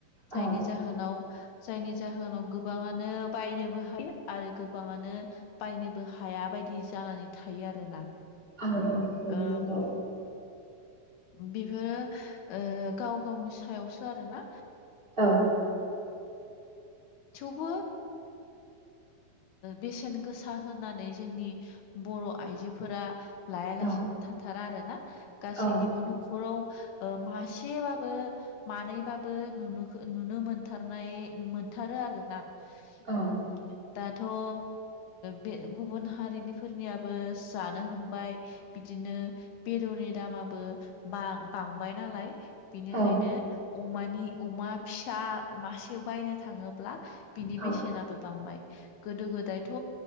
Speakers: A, on the right (about 20°); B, on the left (about 80°).
A: औ
B: जायनि जाहोनाव जायनि जाहोनाव गोबाङानो बायनोबो हायो आरो गोबाङानो बायनोबो हाया बायदि जि जानानै थायो आरोना
A: औ औ औ
B: ओ
A: नंगौ
B: बेफोरो गाव गावनि सायावसो आरो ना
A: औ
B: थेवबो बेसेन गोसा होनानै जोंनि बर' आइजोफोरा लायालासिनो
A: औ
B: थाथारा आरो ना गासैनिबो
A: औ
B: न'खराव ओ मासेबाबो मानैबाबो ननु नुनो मोनथारनाय मोन थारो आरोना
A: औ
B: उम दाथ' ओ बे गुबुन हारिनि फोरनियाबो जानो हमबाय बिदिनो बेदरनि दामाबो बां बाय नालाय बेनिखायनो
A: औ
B: अमानि अमा फिसा मासे बायनो थाङोब्ला बिनि
A: औ
B: बेसेनाबो बांबाय गोदो गोदायथ'